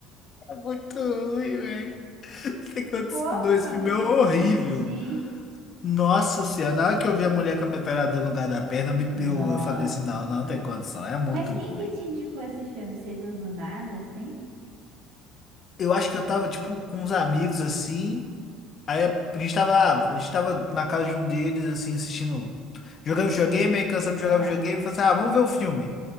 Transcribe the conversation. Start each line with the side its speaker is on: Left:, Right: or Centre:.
Left: É muito ruim, velho. Não Tem condição
Right: Como
Left: não. Esse
Right: que eu
Left: filme
Right: não
Left: é horrível.
Right: vou assistir?
Left: Nossa senhora, na hora que eu vi a mulher com a metralhadora no lugar da perna, me-
Right: Nossa.
Left: eu eu falei assim, não, não tem condição. É muito
Right: Mas quem
Left: ruim.
Right: que te indicou esse filme? Você viu do nada, assim?
Left: Eu acho que eu tava, tipo, com uns amigos, assim. A gente tava, ah, a gente tava na casa de um deles, assim, assistindo. Jogando videogame, aí cansamos de
Right: Ah,
Left: jogar videogame. Falei assim, ah, vamos ver o filme.